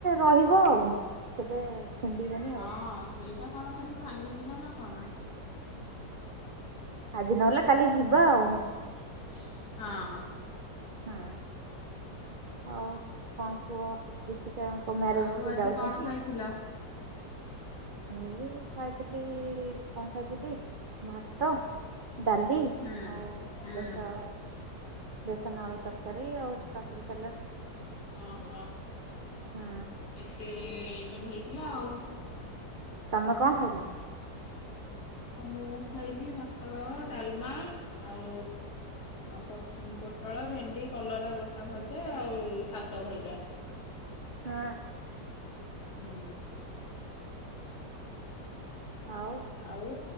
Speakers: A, on the right; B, on the left.
A: ରହିବ ଆଉ କେବେ ଛିଣ୍ଡିବନି
B: ହଁ
A: ଆଉ।
B: ସେଇଟା କଣ କେନ୍ତୁ ଭାଙ୍ଗିଯିବ ନା କଣ?
A: ଆଜି ନହେଲେ କାଲି ଯିବା ଆଉ।
B: ହଁ।
A: ହୁଁ, ଆଉ କଣ କୁହ ଦୀପିକା। ମ୍ୟାରେଜ
B: ଆଉ
A: କୁ
B: ଆଜି
A: ଯାଉଚନ୍ତି?
B: କଣ ଖାଇଥିଲ?
A: ଏଇ ଖାଇଥିଲି, କଣ ଖାଇଥିଲି? ଭାତ,। ଡାଲି
B: ହୁଁ
A: ଆଉ
B: ହୁଁ
A: ବସା। ବେସନ ଆଳୁ ତରକାରୀ ଆଉ କାକୁଡି ସାଲାଟ।
B: ଅହ,
A: ହଁ
B: ଏତେ ଆଇଟମ୍ ହେଇଥିଲା ଆଉ।
A: ତମେ କଣ ଖାଇଲ?
B: ହ ମୁଁ ଖାଇଲି ଭାତକ, ଡାଲମା ଆଉ। ଆଉ ପୋଟଳ, ଭେଣ୍ଡି, କଲରା ଗୋଟା ଭଜା ଆଉ ଶାଗ ଭଜା।
A: ହୁଁ।
B: ହୁଁ।
A: ଆଉ।
B: ଆଉ,